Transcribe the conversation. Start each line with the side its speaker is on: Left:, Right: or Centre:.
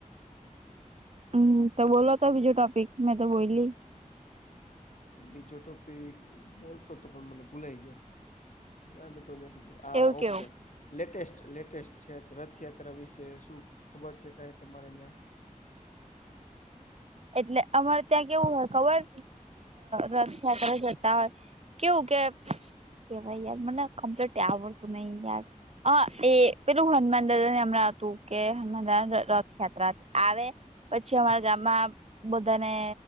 Right: હમ્મ તો બોલો તી જો ટોપિક મેં તો બોયલી
Left: બીજો ટોપિક બોલતો તો પણ મને ભૂલાય ગયો <unintelligible> હા
Right: એવું કેવું
Left: ઓકે લેટેસ્ટ લેટેસ્ટ છે રથયાત્રા વિશે શું ખબર છે કઈ તમારે અહીં
Right: એટલે અમારે ત્યાં કેવું હોય ખબર રથયાત્ર જતા હોય કેવું કે કેવાય યાર મને કમ્પ્લીટ આવડતું નહીિ યાર અ એ પેલું હનુમાન દાદા હમણાં હતું કે હનુમાન દાદ રથયાત્રા આવે પછી અમારા ગામમાં બધાને